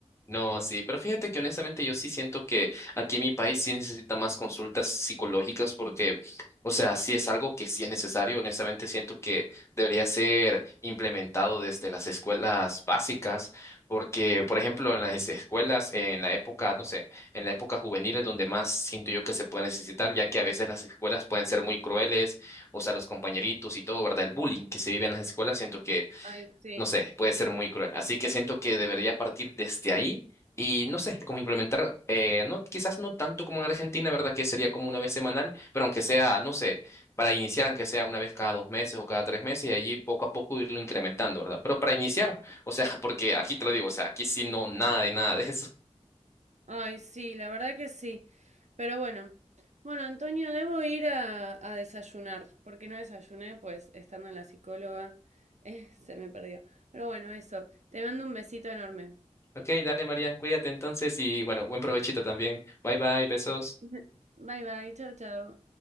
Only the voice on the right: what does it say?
Ay, sí,
ay, sí, la verdad que sí. Pero bueno, bueno, Antonio, debo ir a, a desayunar, porque no desayuné, pues estando en la psicóloga, <laughs> eh, se me perdió. Pero bueno, eso, te mando un besito enorme.
<laughs> Bye bye, chao, chao.